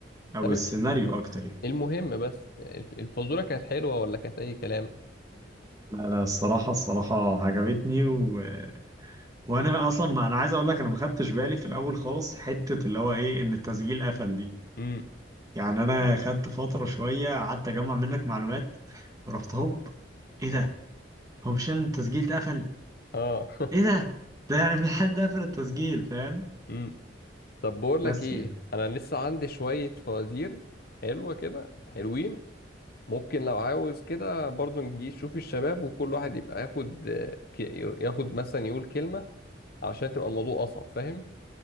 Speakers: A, on the right; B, on the left.
A: او
B: طب
A: السيناريو اكتر يعني
B: المهم بس الفزورة كانت حلوة ولا كانت أي كلام؟
A: لا لا الصراحة الصراحة عجبتني و... وأنا أصلا ما أنا عايز أقول لك أنا ما خدتش بالي في الأول خالص حتة اللي هو إيه إن التسجيل قفل دي
B: امم
A: يعني انا خدت فتره شويه قعدت اجمع منك معلومات ورحت هوب ايه ده هو مش يعني التسجيل اتقفل
B: اه
A: ايه ده ده يعني في حد قفل التسجيل فاهم
B: <laughs> امم طب بقول
A: بس
B: لك ايه
A: يعني
B: انا لسه عندي شوية فوازير حلوة كده حلوين ممكن لو عاوز كده برضو نجي نشوف الشباب وكل واحد يبقى ياخد آه، ك- ياخد مثلا يقول كلمة عشان تبقى الموضوع أصعب فاهم؟